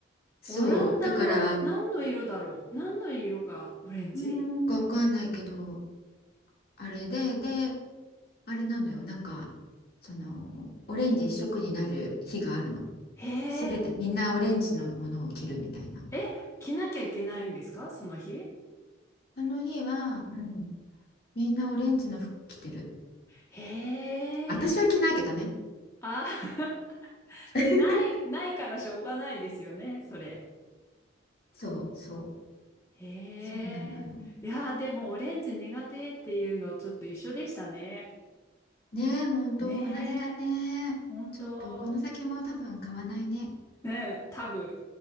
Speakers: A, on the left; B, on the left.
A: そう。
B: オランダの何の色だろう何の色がオレンジ
A: だから、うーんかわかんないけど、あれで、で、あれなのよ。なんか、そのオレンジ一色になる日があるの。
B: へえ。
A: すべてみんなオレンジのものを着るみたいな。
B: え、着なきゃいけないんですかその日
A: その日は、うん、みんなオレンジの服着てる。
B: へえ。
A: 私は着ないけどね。
B: あ、<laughs>
A: <laughs>
B: ね、ない、ないからしょうがないですよね、それ。
A: そうそう
B: へ
A: そうなのよ。
B: え。いやー、でもオレンジ苦手っていうのちょっと一緒でしたね。
A: ねえ、本当同じだね。
B: ねえ、本当。
A: ちょっとこの先も多分買わないね。
B: ねえ、多分。